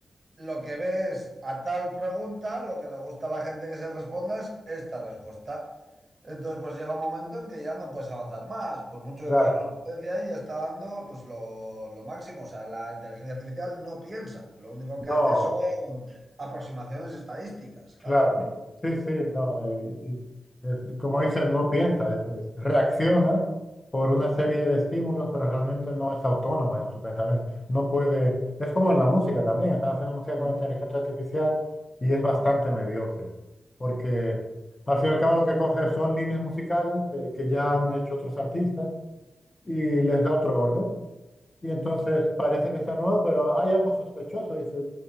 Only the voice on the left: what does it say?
Claro,
no.
Claro, sí, sí, no, y- y, eh, como dices, no piensa, es- es- reacciona por
una serie de estímulos, pero realmente no es autónoma en su pensamiento. No puede, es como en la música también, están haciendo música
con inteligencia artificial y es bastante
mediocre, porque al fin y al cabo lo que coge son líneas musicales eh, que ya
han hecho otros artistas y les da otro orden. Y entonces parece que está nuevo, pero hay algo sospechoso. Dice,